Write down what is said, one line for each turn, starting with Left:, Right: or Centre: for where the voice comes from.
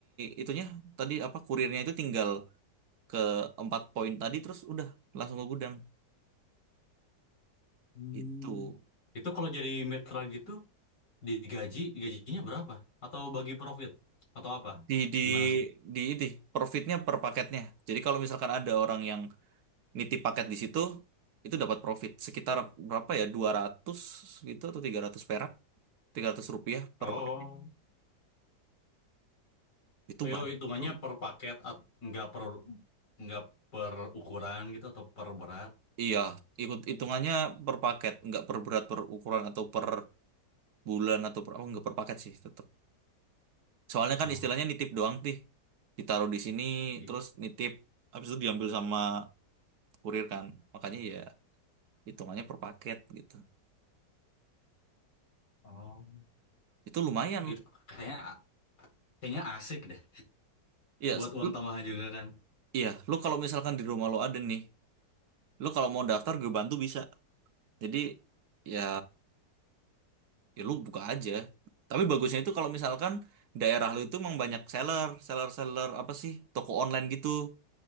Right: itunya tadi apa kurirnya itu tinggal ke empat poin tadi terus udah langsung ke gudang
Left: Hmm.
Right: itu
Left: Itu kalau jadi mitra gitu Digaji, gajinya berapa? Atau bagi profit? Atau apa?
Right: di di
Left: Gimana sih?
Right: di itu profitnya per paketnya jadi kalau misalkan ada orang yang nitip paket di situ itu dapat profit sekitar berapa ya 200 gitu atau tiga ratus perak 300 rupiah
Left: Oh,
Right: per paketnya itu
Left: yo
Right: banyak
Left: hitungannya
Right: bro
Left: per paket at- nggak per nggak per ukuran gitu atau per berat?
Right: iya ikut hitungannya per paket nggak per berat per ukuran atau per bulan atau per apa nggak per paket sih tetap soalnya
Left: Oh,
Right: kan istilahnya nitip doang tih ditaruh di sini
Left: iya.
Right: terus nitip habis itu diambil sama kurir kan makanya ya hitungannya per paket gitu
Left: Oh,
Right: itu lumayan
Left: itu kayaknya kayaknya asik deh
Right: ya
Left: buat uang
Right: lu,
Left: tambahan juga kan.
Right: iya lu kalau misalkan di rumah lu ada nih lu kalau mau daftar gue bantu bisa jadi ya ya lu buka aja tapi bagusnya itu kalau misalkan daerah lu itu emang banyak seller seller seller apa sih toko online gitu